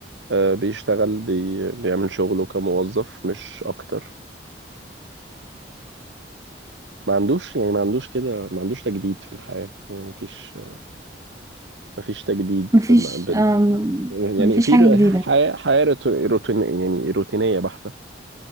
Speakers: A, on the right; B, on the right.
A: آه بيشتغل بي بيعمل شغله كموظف مش اكتر ما عندوش يعني ما عندوش كده ما عندوش تجديد في الحياة يعني مفيش مفيش تجديد
B: مفيش
A: بم- بال
B: آم...
A: يعني
B: مفيش
A: في
B: حاجة
A: ر-
B: جديدة
A: حياة حياة روت- روتين يعني روتينية بحتة